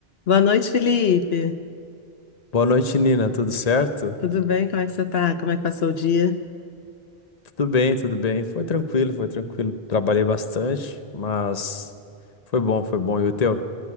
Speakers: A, on the left; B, on the left.
A: Boa noite, Felipe.
B: Boa noite, Nina. Tudo certo?
A: Tudo bem? Como é que você tá? Como é que passou o dia?
B: Tudo bem, tudo bem. Foi tranquilo, foi tranquilo. Trabalhei bastante, mas foi bom, foi bom. E o teu?